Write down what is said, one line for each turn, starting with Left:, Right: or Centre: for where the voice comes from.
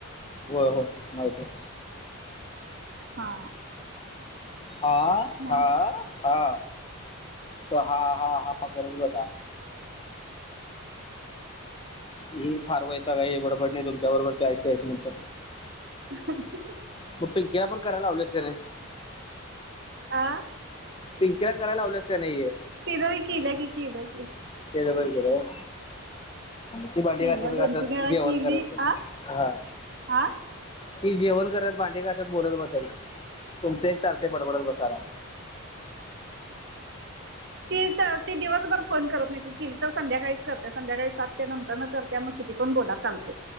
Left: हो हो माहित आहे
Right: हा
Left: हा
Right: मग
Left: हा हा तर हा हा हा गरज बजा ह फार व्हाता काय हे बडबडणी तुमच्या बरोबर चाळीस चाळीस नंतर
Right: <inaudible>
Left: मग पिंकीला पण करायला लावलेस काने
Right: आह
Left: पिंकीला कराय लावल्यास का नाहीे
Right: तिदो ह क लय क क लै क
Left: केर ती भांडी
Right: केल्या
Left: घसत
Right: दोन
Left: कस
Right: तीन वेळा
Left: जेवण
Right: केली
Left: करत
Right: आ
Left: हा
Right: आ
Left: की जेवण करत भांडे घसत बोलत बसल तुमचे एक चालते पडबडत बसाय
Right: <inaudible> ती तर ती दिवसभर फोन करत नाहीतील तर संध्याकाळीच करते संध्याकाळी सातच्या नंतर करत मग किती पण बोला चालत